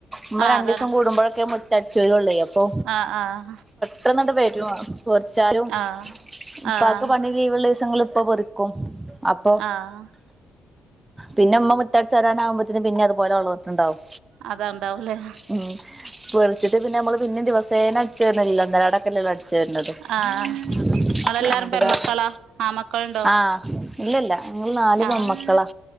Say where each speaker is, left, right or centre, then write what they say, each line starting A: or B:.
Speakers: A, on the right; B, on the right.
A: ഉമ്മ
B: ആഹ്
A: രണ്ടുസം
B: അതാണ്
A: കൂടുമ്പോഴൊക്കെ മുറ്റടിചോരോള്ളു അപ്പൊ
B: ആഹ് ആഹ്
A: ഇത്രങ്ങാണ്ട് വരും തൊടച്ചാലും
B: ആഹ്
A: ഉപ്പാക്ക്‌
B: ആഹ്
A: പണി ലീവ് ഉള്ള ദിവസങ്ങൾ ഇപ്പ പെറുക്കും അപ്പൊ
B: ആഹ്
A: പിന്നെ ഉമ്മ മുറ്റടിച്ചു വരാനാകുമ്പോത്തിന് പിന്നെ അതുപോലെ വളർന്നിട്ടുണ്ടാവും
B: അതണ്ടാവുല്ലേ
A: ഉം പൊറിച്ചിട്ട് പിന്നെ നമ്മള് പിന്നും ദിവസേന അടിച്ചു വാരുന്നില്ലല്ലോ അന്നേരം അവിടെ തല്ലേ അടിച്ചു വാരെണത്
B: ആഹ്
A: അത്
B: നിങ്ങളെല്ലാരും പെമ്മക്കളാ
A: കാരണം
B: ആമക്കളുണ്ടോ
A: ആഹ് ഇല്ലില്ല ഞങ്ങള് നാല്
B: ആഹ്
A: പെൺമക്കളാ